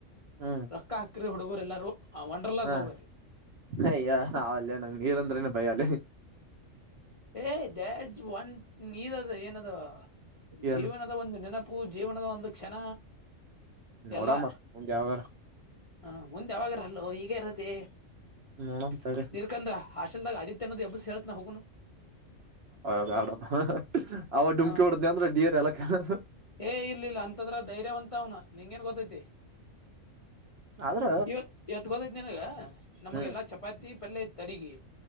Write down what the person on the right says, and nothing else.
ಹ್ಮ್
ಹಾ
ಅಯ್ಯ ನಾವಲ್ಲೇ ನಂಗ್ ನೀರಂದ್ರೆನು ಭಯ ಅಲ್ಲಿ
ಏನ್
ನೋಡೋಣ
ಒಂದು ಯಾವುದಾದರೂ
ನೋಡಮ್ ತಡಿ
ಹದಡ ಅವ ಡಮ್ಕಿ
ಹೊಡ್ದ ಅಂದ್ರೆ ಡೇರ್ ಎಲ್ಲ ಕೆ <unintelligible>
ಆದ್ರ
ಹ್ಮ್